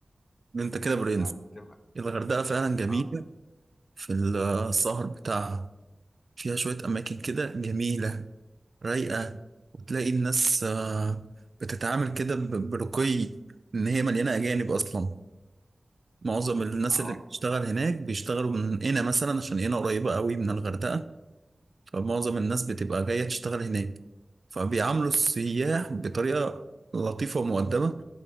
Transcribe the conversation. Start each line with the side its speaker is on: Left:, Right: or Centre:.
Right: أنت كده برنس
Left: ب- بتبقى
Right: الغردقة فعلا جميلة
Left: اه
Right: في السهر بتاعها فيها شوية أماكن كده جميلة رايقة وتلاقي الناس آه، بتتعامل كده ب- برقي إن هي مليانة أجانب أصلا معظم الناس
Left: اه
Right: اللي بتشتغل هناك بيشتغلوا من هنا مثلا عشان هنا قريبة قوي من الغردقة فمعظم الناس بتبقى جاية تشتغل هناك فبيعاملوا السياح بطريقة لطيفة ومؤدبة